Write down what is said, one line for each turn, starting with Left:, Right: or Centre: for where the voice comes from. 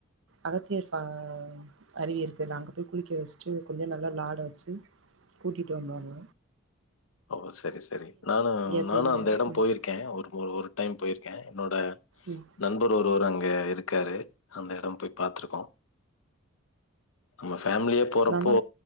Right: அகத்தியர் ஸா அருவி இருக்குல்ல அங்க போய் குளிக்க வச்சுட்டு கொஞ்ச நல்லா விளாட வச்சு கூட்டிட்டு வந்தோங்க.
Left: ஓ சரி சரி நானு நானு
Right: போயிருந்தீங்க
Left: அந்த எடம்
Right: ம்
Left: போயிருக்கே ஒரு ஒ ஒரு டைம் போயிருக்கே என்னோட
Right: ம்
Left: நண்பர் ஒருவர் அங்க இரு க்காரு அந்த எடோ போய் பாத்துருக்கோ. நம்ம ஃபேமலியா போறப்போ
Right: நல்லா